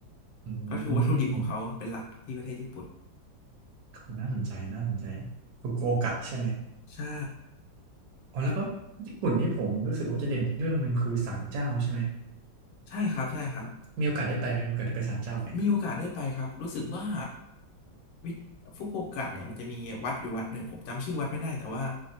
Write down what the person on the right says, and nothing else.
อื
ม โหน่าสนใจน่าสนใจฟุกุโอกะใช่ไหม
อ๋อแล้วก็ญี่ปุ่นนี่ผมรู้สึกว่าจะเด่นอีกเรื่องหนึ่งคือศาลเจ้าใช่ไหม
มีโอกาสได้ไปไหมมีโอกาสได้ไปศาลเจ้าไหม